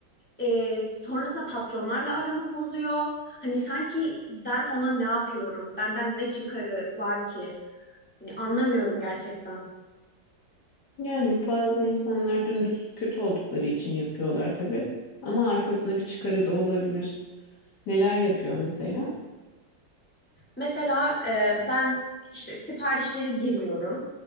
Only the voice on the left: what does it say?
Yani bazı insanlar dümdüz kötü oldukları için yapıyorlar tabii. Ama arkasında bir çıkarı da olabilir. Neler yapıyor mesela?